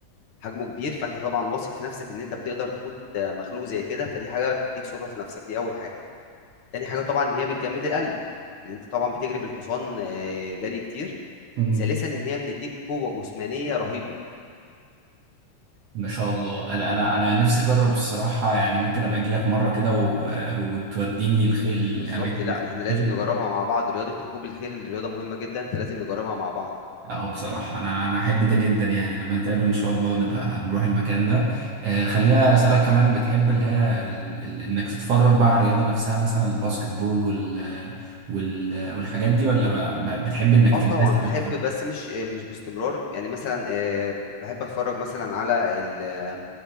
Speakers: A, on the left; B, on the right.
A: حجمه كبير فانت طبعا واثق في نفسك ان انت بتقدر تقود آه، مخلوق زي كده فدي حاجه بتديك ثقه في نفسك دي اول حاجه تاني حاجه طبعا ان هي بتجمد القلب ان انت طبعا بتجري بالحصان آه، جري كتير
B: <laughs>
A: ثالثا ان هي بتديك قوه جسمانيه رهيبه
B: ما شاء الله انا انا أنا نفسي اجرب الصراحه يعني ممكن ابقى اجي لك مره كده و... وتوديني الخيل الاماكن
A: بالظبط لا
B: اللي فيها
A: احنا
B: الخيل
A: لازم نجربها مع بعض رياضه ركوب الخيل رياضه مهمه جدا فلازم نجربها مع بعض
B: اه بصراحه انا انا احب ده جدا يعني لما نتقابل ان شاء الله نبقى نروح المكان ده آه خليها اسالك كمان بتحب اللي هي ال... ال... انك تتفرج بقى على الرياضه نفسها مثلا الباسكت بول وال... وال... والحاجات دي ولا ما... ما بتحب انك
A: اه
B: تمارسها
A: طبعا بحب
B: اكتر
A: بس مش آه، مش باستمرار يعني مثلا آه، بحب اتفرج مثلا على ال-